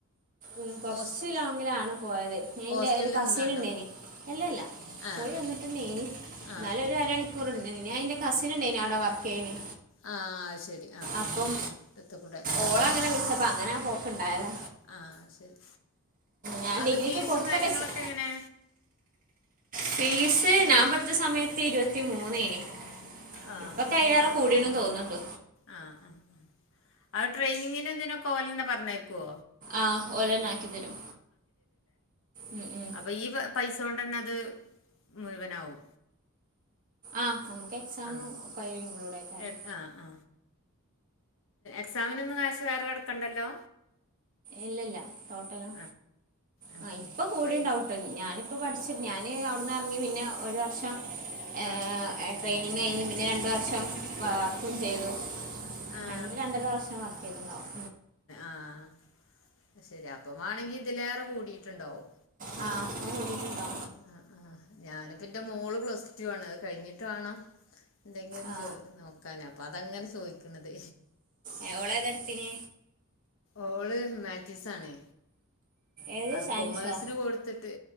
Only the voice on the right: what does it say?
ഉം കൊറച്ച്
ലോങ്ങിലാണ് പോയത് ഞാൻ
ഇന്റെ ഒരു കസിന്
ഇണ്ടേയ്ന് എല്ലല്ല
പോയി വന്നിട്ടന്നേയ്ന്
എന്നാലും ഒരു അരമണിക്കൂറ്ണ്ട് പിന്നെഎന്റെ കസിന്ണ്ടേയ്ന് അവടെ വർ കഴിഞ്ഞ്
അപ്പം
ഓളെ ഇപ്പൊ അങ്ങനാ പോക്ക്ണ്ടായതാ
ഞാൻ
ഡിഗ്രിക്ക്
കൊടുത്തൊക്കെ
ചെ-
ഫീസ്
ഞാൻ പഠിച്ച സമയത്ത് ഇരുപത്തി മൂന്നേയ്ന്
ഇപ്പൊക്കെ അയിലേറെ കൂടീണ് തോന്ന്ണ്ട്
ആഹ് ഓലന്നെ ആക്കിത്തരും ഉം ഉം
ആഹ്. നമുക്ക് എക്സാമും
ഒക്കെ അയ്ല് ഇൻക്ലൂ ഡേക്കാരം.
ഇല്ലല്ല ടോട്ടലോ.
ആഹ് ഇപ്പൊ കൂടെണ്ടാവും.
<unintelligible> ഞാനിപ്പൊ പഠിച്ച് ഞാന് അവുടുന്നെറങ്ങി പിന്നെ ഒരു വർഷം. ഏ
ട്രൈയിനിങ്ങെയ്ഞ്ഞ് പിന്നെ രണ്ട് വർഷം വർക്കും ചെയ്തു.
രണ്ട് രണ്ടര വർഷം വർക്കെയ്ത്ണ്ടാവും.
ആ അത് നോക്കിയിട്ടുണ്ടോ
ആ
ഏ ഓളെതാട്ത്തിന്?
ഏത്
സയൻസോ